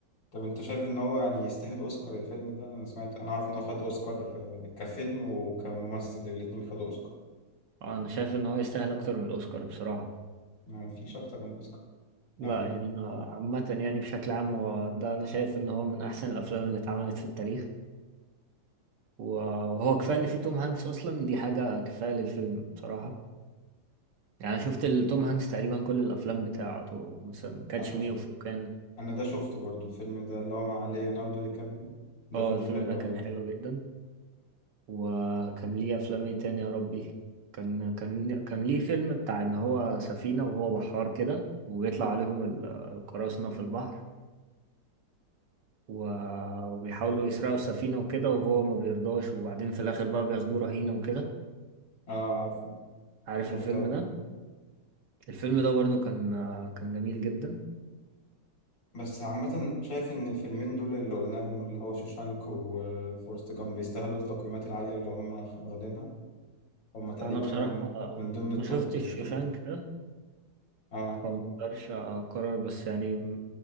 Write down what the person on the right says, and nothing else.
آه، أنا شايف إن هو يستاهل أكتر من الأوسكار بصراحة
لا
يعني ما عامة يعني بشكل عام هو ده أنا شايف إن هو من أحسن الأفلام اللي اتعملت في التاريخ و- وهو كفاية إن فيه توم هانكس أصلا دي حاجة كفاية للفيلم بصراحة يعني أنا شفت توم هانكس تقريبا كل الأفلام بتاعته مثلا كاتش
مي
أوف يو كان
اه
الفيلم
ده كان
حلو جدا وكان ليه أفلام إيه تاني يا ربي كان كان كان ليه فيلم بتاع إن هو سفينة وهو بحار كده وبيطلع عليهم ال- القراصنة في البحر و- وبيحاولوا يسرقوا السفينة وكده وهو ما بيرضاش وبعدين في الآخر بقى بياخدوه رهينة وكده
عارف
الفيلم
ده
الفيلم ده برضو كان آه، كان جميل جدا
أنا بصراحة
ما شفتش
شوشانك ده
فمقدرش أقرر بس يعني من